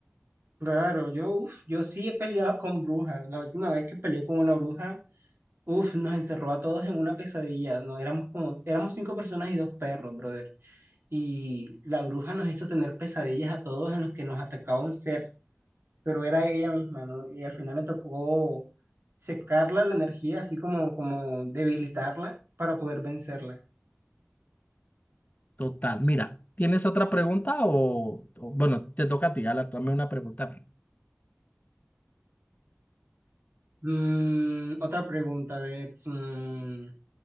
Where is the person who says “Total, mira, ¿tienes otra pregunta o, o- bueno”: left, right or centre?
Left